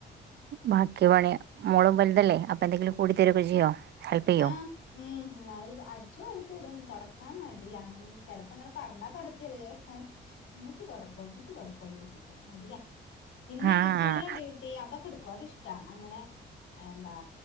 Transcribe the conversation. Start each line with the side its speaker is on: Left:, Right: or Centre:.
Right: ബാക്കി പണി മോളും വലുതല്ലേ അപ്പൊ എന്തെങ്കിലും കൂടി തരൊക്കെ ചെയ്യോ ഹെൽപ്പിയ്യൊ.
Left: ആഹ് ഉം അഹ് അടിച്ചവാരി തരും. തൊടക്കാ മടിയാ ചെലപ്പോങ്ങനെ പറഞ്ഞാ തൊടച്ച് ചെറിയോ ഉമ്മച്ചി തുൊടക്കോ ഉ മുച്ചി തുൊടക്കോന്ന് വെച്ചിക്കോ മടിയാ പിന്നെ
Right: ആഹ്
Left: കിച്ചണിലെ ഡ്യൂട്ടി അതൊക്കെ എടുക്കും അത് ഇഷ്ടാ അങ്ങനെ അതാ